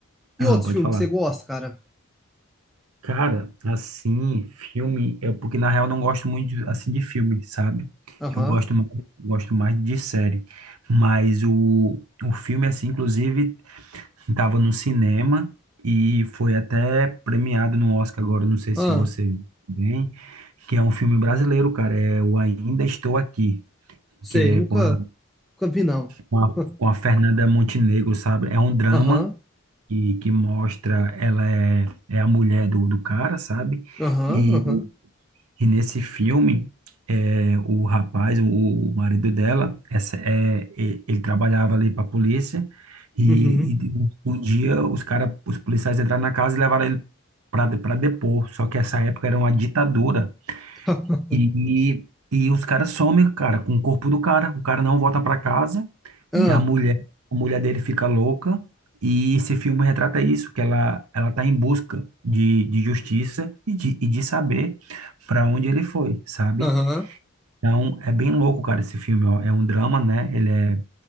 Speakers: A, on the right (about 85°); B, in the centre.
A: ah,
B: E outros
A: pode
B: filmes
A: falar.
B: que você gosta, cara?
A: Cara, assim, filme, é porque na real eu não gosto muito de- assim de filme, sabe?
B: Aham.
A: Eu gosto mais, gosto mais de série. Mas o, o filme, assim, inclusive. Estava no cinema e foi até premiado no Oscar agora, não sei
B: Ah,
A: se você viu bem, que é um filme brasileiro, cara, é o Ainda Estou Aqui,
B: sei,
A: que é
B: eu nunca
A: com a,
B: nunca vi não.
A: com a,
B: <laughs>
A: com a Fernanda Montenegro, sabe? É um drama
B: Aham.
A: que, que mostra, ela é, é a mulher do, do cara, sabe?
B: Aham,
A: E
B: aham.
A: e nesse filme, é, o rapaz, o, o marido dela, essa, é, e- ele trabalhava ali para a polícia e,
B: Uhum.
A: e um dia os cara, os policiais entraram na casa e levaram ele para para depor. Só que essa época era uma ditadura.
B: <laughs>
A: E, e os caras somem, cara, com o corpo do cara. O cara não volta pra casa
B: Ah,
A: e a mulher, a mulher dele fica louca. E esse filme retrata isso, que ela, ela tá em busca de, de justiça e de, e de saber para onde ele foi, sabe?
B: aham.
A: Então, é bem louco, cara, esse filme, ó. É um drama, né? Ele é